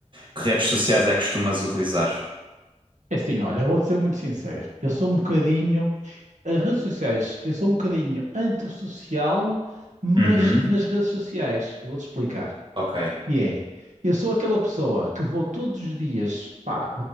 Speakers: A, on the right; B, on the right.
A: que redes sociais é que costumas utilizar?
B: É assim, olha, vou ser muito sincero. Eu sou um bocadinho. As redes sociais, eu sou um bocadinho antissocial, mas
A: Uhum.
B: nas redes sociais. Eu vou-te explicar.
A: Ok.
B: E é. Eu sou aquela pessoa que vou todos os dias, pá,